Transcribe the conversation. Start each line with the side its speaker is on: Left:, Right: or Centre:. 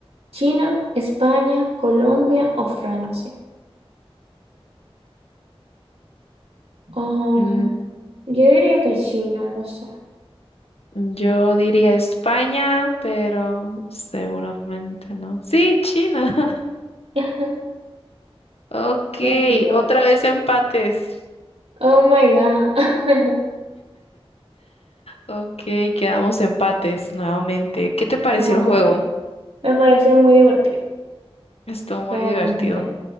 Right: ¿China, España, Colombia o Francia? Um,
Left: Mm,
Right: yo diría que China, no sé.
Left: yo diría España, pero seguramente no. Sí, China. <laughs>
Right: <laughs>
Left: Ok,
Right: Latina.
Left: otra vez empates.
Right: Oh my God. <laughs>
Left: Ok, quedamos empates nuevamente. ¿Qué te pareció
Right: Nuevamente.
Left: el juego?
Right: Me pareció muy divertido,
Left: Estuvo muy
Right: realmente.
Left: divertido.